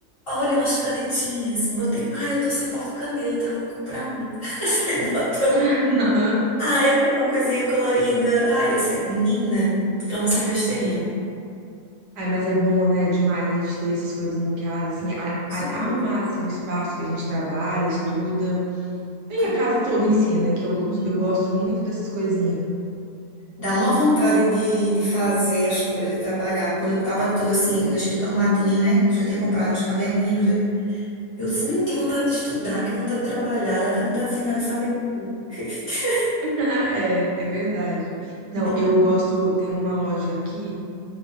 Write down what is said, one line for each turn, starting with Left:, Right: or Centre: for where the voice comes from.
Left: Olha, umas canetinhas, botei. Ah, eu tô sem porta-caneta, vou comprar um. <laughs> Saí botando.
Right: <laughs>
Left: Ah, eu quero uma coisinha colorida. Ai, essa menina, ama essas besteirinhas.
Right: Ai, mas é bom, né? Demais a gente ter essas coisinhas em casa, assim, a-
Left: Com
Right: a-
Left: certeza.
Right: arrumar assim, o espaço que a gente trabalha, estuda. E
Left: Com-
Right: a casa toda ensina, que eu, go-
Left: uhum.
Right: eu gosto muito dessas coisinhas.
Left: Dá uma vontade de, de fazer as coisas, de trabalhar. Quando eu tava tudo assim, eu deixei tudo arrumadinho, né? Que eu já tinha comprado uns caderninhos. né? Eu disse, menino, que vontade de estudar, que vontade de trabalhar. Dá até vontade de sentar nessa mesa. <laughs>
Right: <laughs> É, é verdade. Não,
Left: Menino.
Right: eu gosto, tem uma loja aqui.